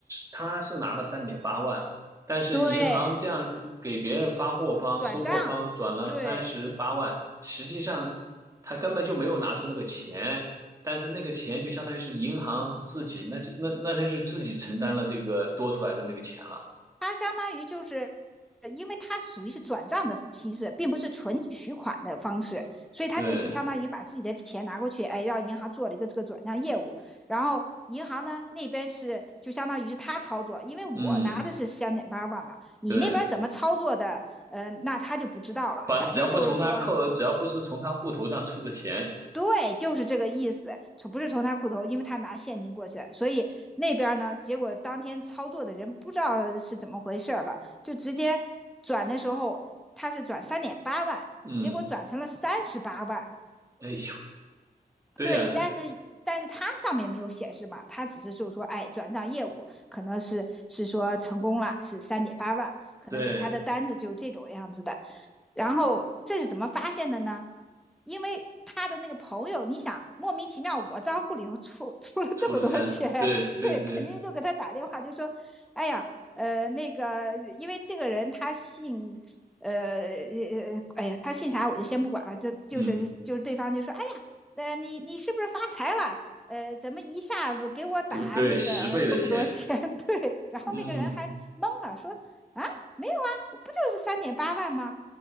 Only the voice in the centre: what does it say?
对，转账，
对，
它相当于就是，呃因为它属于是转账的形式，并不是纯取款的方式，所以它就是相当于把自己的钱拿过去，
哎，让银行做了一个这个转账业务，然后银行呢那边是就相当于是他操作，因为我拿的是三点八万嘛，
你那边怎么操作的，
呃，那他就不知道了，
反正就是说
对，就是这个意思，从不是从他裤头，因为他拿现金过去，所以那边呢，结果当天操作的人不知道是怎么回事了，就直接转的时候他是转三点八万，
结果转成了三十八万，
对，但是但是他上面没有显示嘛，他只是就是说，哎，转账业务可能是是说成功了，是三点八万，可能给他的单子就这种样子的。
然后这是怎么发现的呢？因为他的那个朋友，你想莫名其妙，我账户里头出出了这么多钱，
<laughs> 对，肯定就给他打电话，就说，哎呀，呃，那个，因为这个人他姓，呃，呃呃哎呀，他姓啥我就先不管了，就就是就是对方就说，
哎呀，呃，你你是不是发财了？呃，怎么一下子给我打那个这么多钱？
<laughs> 对，然后那个人还懵了，
说啊，没有啊，我不就是三点八万吗？